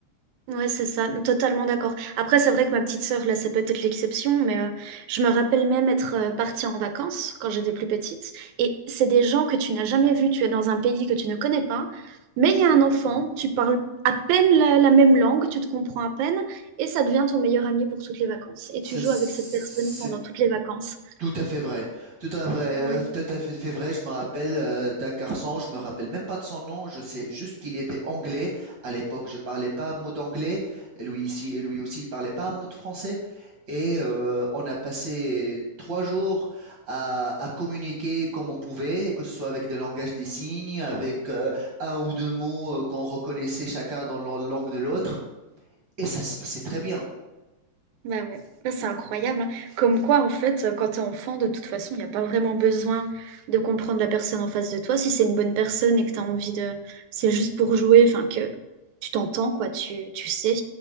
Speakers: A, on the right (about 80°); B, on the right (about 45°).
A: Ouais, c'est ça, totalement d'accord. Après, c'est vrai que ma petite sœur, là, c'est peut-être l'exception, mais euh, je me rappelle même être euh, partie en vacances quand j'étais plus petite. Et c'est des gens que tu n'as jamais vus, tu es dans un pays que tu ne connais pas, mais il y a un enfant, tu parles à peine la, la même langue, tu te comprends à peine, et ça devient ton meilleur ami pour toutes les vacances. Et
B: C'est
A: tu joues avec cette personne pendant toutes les vacances.
B: Tout à fait vrai, tout à vrai,
A: Ouais.
B: euh, tout à fait, fait vrai. Je me rappelle euh, d'un garçon, je me rappelle même pas de son nom. Je sais juste qu'il était anglais. À l'époque, je parlais pas un mot d'anglais. Et Lui ici, et lui aussi, il parlait pas un mot de français. Et euh, on a passé trois jours à, à communiquer comme on pouvait, que ce soit avec des langages des signes, avec euh, un ou deux mots euh, qu'on reconnaissait chacun dans la langue de l'autre. Et ça se passait très bien.
A: Bah ouais, Bah, c'est incroyable. hein. Comme quoi, en fait, euh, quand t'es enfant, de toute façon, il n'y a pas vraiment besoin de comprendre la personne en face de toi. Si c'est une bonne personne et que t'as envie de... C'est juste pour jouer, enfin, que tu t'entends, quoi, tu, tu sais.